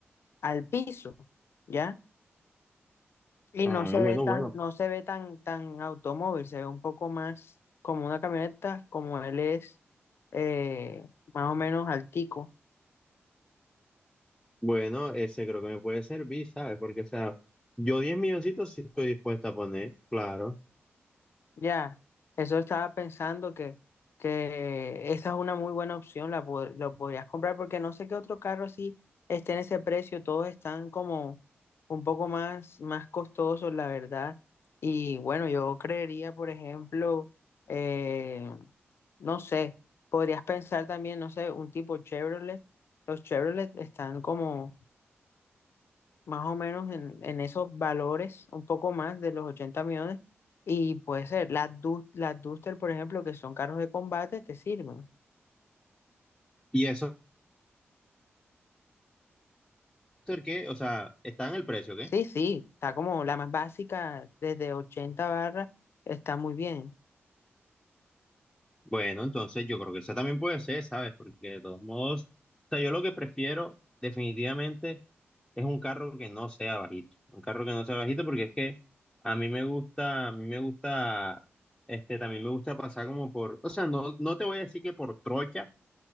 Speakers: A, on the left; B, in the centre.
A: al piso, ¿ya? Y
B: Ah,
A: no se
B: bueno,
A: ve tan,
B: bueno.
A: no se ve tan, tan automóvil, se ve un poco más como una camioneta, como él es eh, más o menos altico.
B: Bueno, ese creo que me puede servir, ¿sabes? Porque, o sea, yo 10 milloncitos sí estoy dispuesto a poner, claro.
A: Ya, eso estaba pensando que, que esa es una muy buena opción, la pod- lo podrías comprar porque no sé qué otro carro así esté en ese precio, todos están como un poco más, más costosos, la verdad. Y bueno, yo creería, por ejemplo, eh, no sé, podrías pensar también, no sé, un tipo Chevrolet. Los Chevrolet están como más o menos en, en esos valores, un poco más de los 80 millones. Y puede ser, las, dus- las Duster, por ejemplo, que son carros de combate, te sirven.
B: Y eso, ¿qué? O sea, está en el precio, ¿qué?
A: Sí, sí, está como la más básica, desde 80 barras, está muy bien.
B: Bueno, entonces yo creo que esa también puede ser, ¿sabes? Porque de todos modos, o sea, yo lo que prefiero definitivamente es un carro que no sea bajito. Un carro que no sea bajito porque es que a mí me gusta, a mí me gusta, este, también me gusta pasar como por, o sea, no, no te voy a decir que por trocha